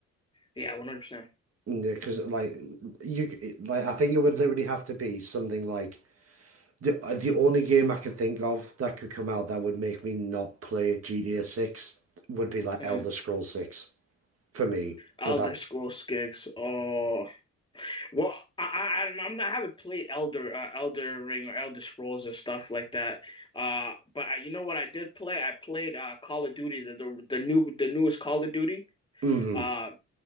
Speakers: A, on the left; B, on the right.
A: yeah, 100%.
B: Because like you like I think it would literally have to be something like the the only game I could think of that could come out that would make me not play GTA 6 would be like
A: Mhm.
B: Elder Scrolls 6 for me.
A: Elder
B: But that's
A: Scrolls Six. Oh, Well, I, I don't know. I'm not I haven't played Elder uh, Elder Ring or Elder Scrolls and stuff like that. Uh, but I, you know what I did play? I played uh Call of Duty, the the, the new the newest Call of Duty.
B: hmm
A: Uh,